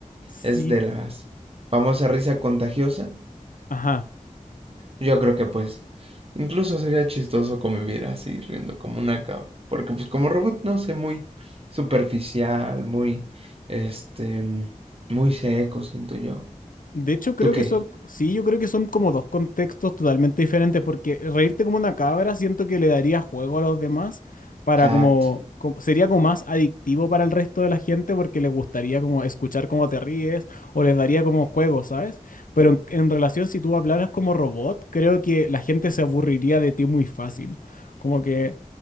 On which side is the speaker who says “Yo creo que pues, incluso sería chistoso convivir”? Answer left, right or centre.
Right